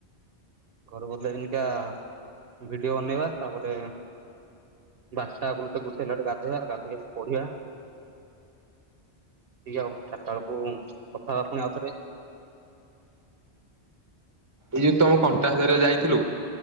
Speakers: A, on the right (about 60°); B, on the right (about 25°).
A: ଘରେ ବଲେନକା ଭିଡିଓ ବନେଇବା ତାପରେ। ବାସାଗ ତ ଗୋଟେ ହେଲା ବେ ଗାଧେଇବା ଗାଧେଇ ଆସି ପଢିବା। ଠିକ ଆଉ ଚାରିଟା ବେଳକୁ କଥା ହେବା ପୁଣି ଆଉ ଥରେ।
B: ଏଇ ଯୋଉ ତମେ କଣ୍ଟା ଧରିଆ ଯାଇଥିଲୁ।